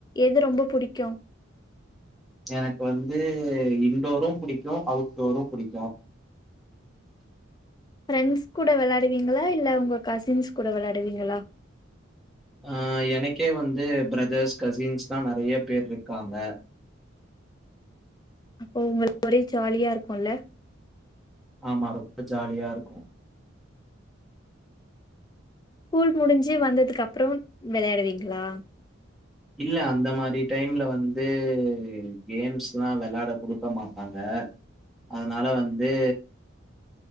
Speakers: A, on the left; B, in the centre.
A: எது ரொம்ப புடிக்கு
B: எனக்கு வந்து இன்டோரு புடிக்கு அவுட்டோரு புடிக்கு
A: ஃப்ரெண்ட்ஸ் கூட வெளாடுவீங்களா இல்ல உங்க கசின்ஸ் கூட வெளாடுவீங்களா
B: ஆ எனக்கே வந்து பிரதர்ஸ் கசின்ஸ்ல்லா நெறைய பேர் இருக்காங்க
A: அப்போ உங்களுக்கு ஒரே ஜாலியா இருக்குல
B: ஆமா ரொம்ப ஜாலியா இருக்கு
A: ஸ்கூல் முடிஞ்சு வந்ததுக்கு அப்றோ வெளாடுவீங்களா
B: இல்ல அந்த மாரி டைம்ல வந்து கேம்ஸ்லா வெளாட கொடுக்க மாட்டாங்க அதனால வந்து